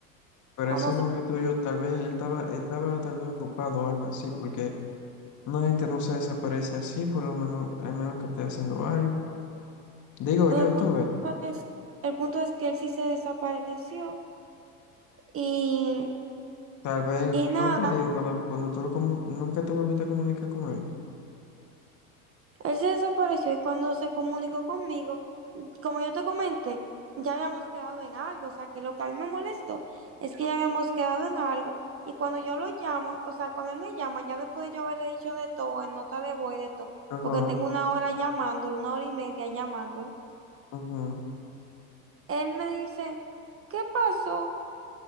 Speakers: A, on the left; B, on the right.
A: Pero
B: o
A: ese
B: no sé.
A: novio tuyo, tal vez él estaba, él estaba tal vez ocupado o algo así, porque una gente no se desaparece así, por lo menos, a menos que esté haciendo algo. Digo
B: Bueno,
A: yo,
B: el punto
A: tú ves,
B: es, el punto es que él sí se desapareció y,
A: tal vez él-
B: y
A: no
B: nada,
A: te digo, cuando, cuando tú lo comu- nunca te volviste a comunicar con él.
B: él se desapareció y cuando se comunicó conmigo, como yo te comenté, ya habíamos quedado en algo, o sea, que lo que a mí me molestó es que ya habíamos quedado en algo y cuando yo lo llamo, o sea, cuando él me llama, ya después de yo haberle dicho de todo, en nota de voz y de todo,
A: Ajá,
B: porque tengo una hora llamándolo, una hora y media llamándolo.
A: ajá.
B: Él me dice, ¿qué pasó?